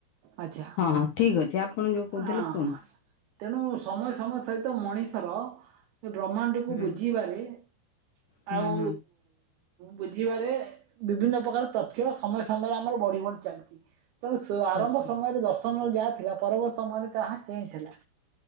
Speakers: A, on the right; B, on the left.
A: ଆଚ୍ଛା
B: ହଁ ଠିକ୍ ଅଛି ଆପଣ ଯୋଉ
A: ହଁ
B: କହୁଥିଲେ କୁହନ୍ତୁ।
A: ତେଣୁ ସମୟ ସମୟ ସହିତ ମଣିଷର ଏ ବ୍ରହ୍ମାଣ୍ଡ
B: ହୁଁ
A: କୁ ବୁଝିବାରେ
B: ହୁଁ
A: ଆଉ
B: ହୁଁ
A: ବୁଝିବାରେ ବିଭିନ୍ନ ପ୍ରକାର ତଥ୍ୟ ସମୟ ସମୟରେ ଆମର ବଢି ବଢି ଚାଲିଚି ତେଣୁ ତ ଆରମ୍ଭ
B: ଆଚ୍ଛା
A: ସମୟରେ ଦର୍ଶନର ଯାହା ଥିଲା ପରବର୍ତ୍ତୀ ସମୟରେ ତାହା ଚେଞ୍ଜ ହେଲା।